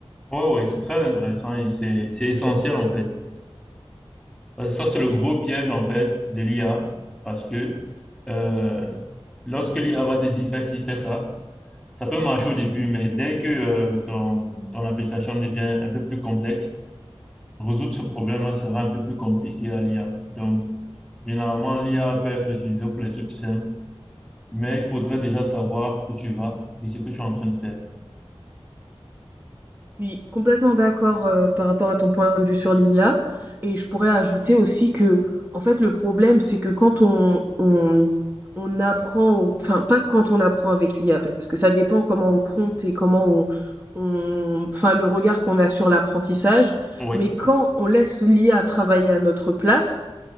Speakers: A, in the centre; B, on the right.
A: Oui, oui, c'est très intéressant et c'est, c'est essentiel en fait. Parce que ça, c'est le gros piège en fait de l'IA parce que euh, lorsque l'IA va te dire fais ci, fais ça, ça peut marcher au début, mais dès que euh, ton, ton application devient un peu plus complexe, Résoudre ce problème-là sera un peu plus compliqué à l'IA. Donc, généralement, l'IA peut être utilisée pour les trucs simples, mais il faudrait déjà savoir où tu vas et ce que tu es en train de faire.
B: Je suis complètement d'accord euh, par rapport à ton point de vue sur l'IA et je pourrais ajouter aussi que en fait le problème c'est que quand on, on on apprend au- enfin pas quand on apprend avec l'IA parce que ça dépend comment on prompte et comment on, on- enfin le regard qu'on a sur l'apprentissage
A: Oui,
B: mais quand on laisse l'IA travailler à notre place